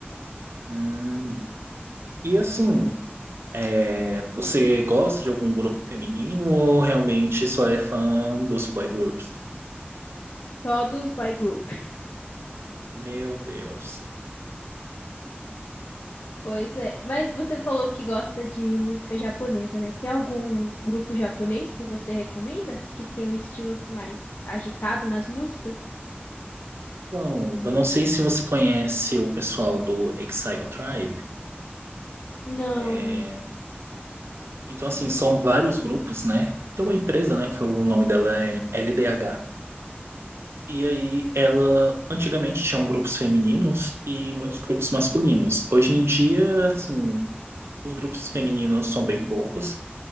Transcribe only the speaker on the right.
Hum, E assim, é, você gosta de algum grupo feminino ou realmente só é fã dos boy groups?
Meu Deus.
Então, eu não sei se você conhece o pessoal do Exile Tribe.
É,
Então, assim, são vários grupos, né? Tem uma empresa, né, que o nome dela é LDH. E aí, ela antigamente tinha grupos femininos e muitos grupos masculinos. Hoje em dia, assim, os grupos femininos são bem poucos,